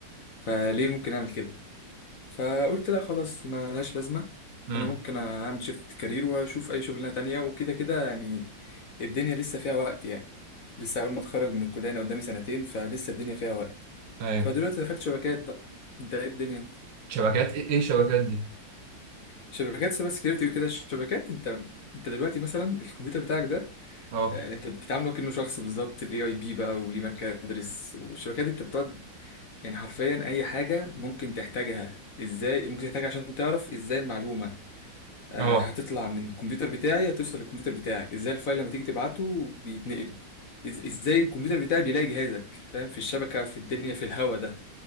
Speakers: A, on the left; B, on the right.
A: فليه ممكن اعمل كده فقلت لا خلاص ما لهاش لازمة
B: امم
A: أنا ممكن أعمل شيفت كارير وأشوف أي شغلانة تانية وكده كده يعني الدنيا لسه فيها وقت يعني لسه أول ما أتخرج من الكلية أنا قدامي سنتين فلسه الدنيا فيها وقت
B: ايوه
A: فدلوقتي دخلت شبكات بقى أنت إيه الدنيا
B: شبكات ايه ايه الشبكات دي؟
A: شبكات سايبر سكيورتي وكده الشبكات أنت أنت دلوقتي مثلا الكمبيوتر بتاعك ده
B: اه
A: يعني أنت بتعامله كأنه شخص بالظبط ليه أي بي بقى وليه مكادرس والشبكات دي أنت بتقعد يعني حرفيا أي حاجة ممكن تحتاجها إزاي ممكن تحتاجها عشان تعرف إزاي المعلومة آه،
B: اه
A: هتطلع من الكمبيوتر بتاعي هتوصل للكمبيوتر بتاعك ازاي الفايل لما تيجي تبعته بيتنقل إز- ازاي الكمبيوتر بتاعي بيلاقي جهازك فاهم في الشبكة في الدنيا في الهوا ده